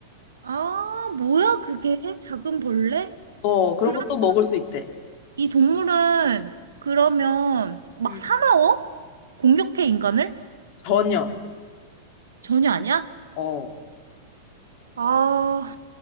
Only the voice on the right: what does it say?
아, 뭐야, 그게? 작은 벌레?
그러면
이 동물은 그러면 막
사나워? 공격해, 인간을?
전혀 아니야?
아,